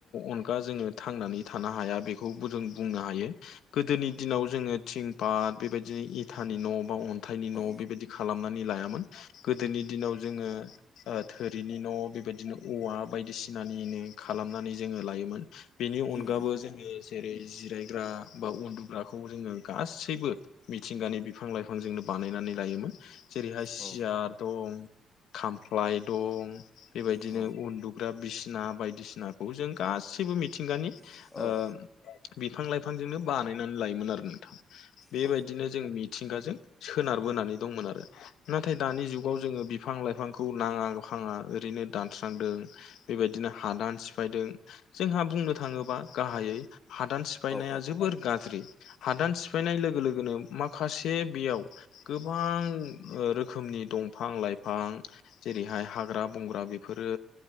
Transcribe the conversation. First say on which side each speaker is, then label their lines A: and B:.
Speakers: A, on the left; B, on the left.
A: अनगा जोङो थांनानै थानो हाया बेखौबो जों बुंनो हायो गोदोनि दिनाव जोङो थिं पाट बेबायदिनो इथानि न' बा अ हाथायनि न'
B: औ
A: बेबायदि खालामनानै लायामोन गोदोनि दिनाव जोङो थोरिनि न' बेबायदिनो औवा बायदिसिनानिनो खालामनानै जोङो लायोमोन बेनि अनगाबो
B: उम
A: जोङो जेरै जिरायग्रा बा उन्दुग्राखौ जोङो गासैबो मिथिंगानि बिफां लाइफांजोंनो बानायनानै लायोमोन जेरैहाय सियार
B: औ
A: दं खामफ्लाय दं बेबायदिनो
B: औ
A: उन्दुग्रा बिसिना बायदिसिनाखौ जों गासैबो मिथिंगानि
B: औ
A: ओ
B: औ
A: बिफां लाइफांजोंनो बानायनानै लायोमोन आरो नोंथां। बेबायदिनो
B: औ
A: जों मिथिंगाजों सोनारबोनानै दंमोन आरो नाथाय दानि जुगाव जोङो बिफां लाइफांखौ नाङा खाङा ओरैनो दानस्रांदों। बेबायदिनो हादान सिफायदों जोंहा बुंनो थाङोबा गाहायै हादान सिफायनाया
B: औ
A: जोबोर गाज्रि हादान सिफायनाय लोगो लोगोनो माखासे बेयाव गोबां ओ रोखोमनि दंफां लाइफां जेरैहाय हाग्रा बंग्रा बेफोरो